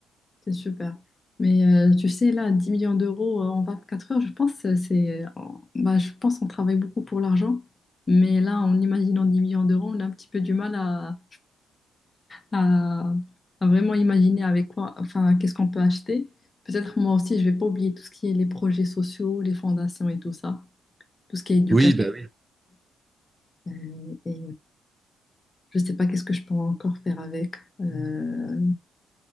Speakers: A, on the left; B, on the right.
A: C'est super. Mais euh, tu sais, là, 10 millions d'euros euh, en quatre heures, je pense, euh, c'est, euh, on- bah, je pense qu'on travaille beaucoup pour l'argent. Mais là, en imaginant 10 millions d'euros, on a un petit peu du mal à, à, à vraiment imaginer avec quoi, enfin, qu'est-ce qu'on peut acheter. Peut-être moi aussi, je vais pas oublier tout ce qui est les projets sociaux, les fondations et tout ça, tout ce qui est éducatif.
B: Oui, bah oui.
A: Euh, et je sais pas qu'est-ce que je peux encore faire avec. Euh,